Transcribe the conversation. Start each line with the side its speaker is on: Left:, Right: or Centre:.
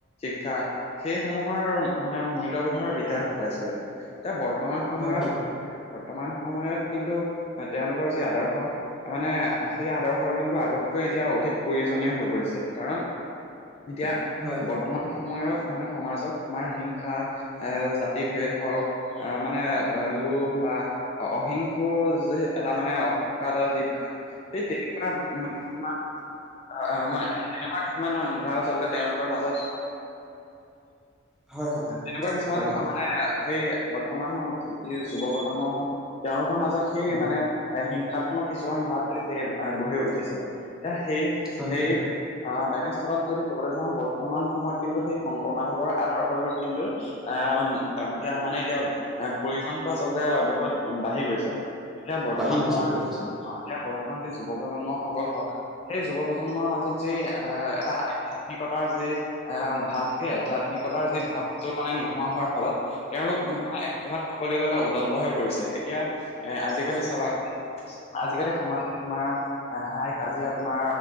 Left: শিক্ষা। সেই সমূহৰ মানে মূল্যবোধৰ বিকাশ ঘটাইছিলে। এতিয়া বৰ্তমান সময়ত
Centre: হয় হয় হয়
Left: বৰ্তমান সময়ত কিন্তু তেওঁলোকৰ যি আদৰ্শ। মানে সেই আদৰ্শৰ কিন্তু আগতকৈ এতিয়া অধিক প্ৰয়োজনীয় হৈ পৰিছে কাৰণ। এতিয়া।
Centre: হয়
Left: বৰ্তমান সময়ত মানে সমাজত তোমাৰ হিংসা এ জাতি ভেদ হওঁক। আহ মানে লোভ বা অহিংশু যে এটা মানে। হিংসা এটা যি ভাৱ সেই তেনেকোৱা মানে তোমাৰ। অ অ মানে তেনেকুৱা কিছুমান ভাৱ আচলতে তেওঁলোকৰ মাজত।
Centre: হয় হয় হয় হয় হয় হয় হয়
Left: তেনেকুৱা কিছুমান
Centre: হয়
Left: মানে সেই। <unintelligible> যি যুৱ প্ৰজন্ম হওঁক তেওঁলোকৰ মাজত সেই
Centre: হয়
Left: মানে এ হিংসাত। কিছুমান ভাৱ সেই গঢ়ি উঠিছে সেই
Centre: হয়
Left: সেই।
Centre: হয়
Left: আহ তেনেস্থলত যদি কবলৈ যাওঁ বৰ্তমান সময়ত কিন্তু সেই শংকৰ মাধৱৰ আদৰ্শ কিন্তু। আহ এতিয়া মানে এতিয়া এ প্ৰয়োজনতটো আচলতে বহুত বাঢ়ি গৈছে। এতিয়া বৰ্তমান
Centre: বাঢ়ি গৈছে
Left: সময়ত
Centre: বাঢ়ি গৈছে।
Left: অ এতিয়া বৰ্তমান যি যুৱ প্ৰজন্ম সকল হওঁক। সেই যুৱ প্ৰজন্মৰ মাজত যি আহ এটা আধ্যাত্মিকতাৰ যি। আহ ভাৱ সেই আধ্যাত্মিকতাৰ যি ভাৱটো মানে নোহোৱা হোৱাৰ ফলত। তেওঁলোক মানে এক কথাত ক'বলৈ গ'লে উদণ্ড হৈ পৰিছে এতিয়া এ আজিকালি
Centre: হয় হয়
Left: চাবা। আজিকালি সমাজত তোমাৰ। এ হাই কাজিয়া তোমাৰ